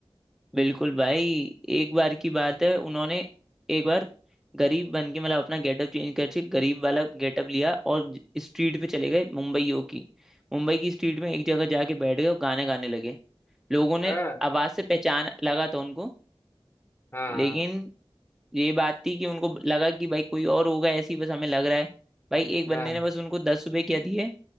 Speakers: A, in the centre; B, on the left (about 20°).
A: बिल्कुल भाई एक बार की बात है उन्होंने एक बार गरीब बन के मतलब अपना गेटअप चेंज करके गरीब वाला गेटअप लिया और स्ट्रीट पे चले गए मुंबईयों की मुंबई की स्ट्रीट में एक जगह जाके बैठ गए और गाने गाने लगे लोगों
B: हाँ
A: ने आवाज से पहचान लगा था उनको
B: हाँ
A: लेकिन
B: हाँ
A: ये बात थी कि उनको लगा कि भाई कोई और होगा ऐसी बस हमें लग रहा है भाई एक बंदे
B: हाँ
A: ने बस उनको दस रुपए क्या दिए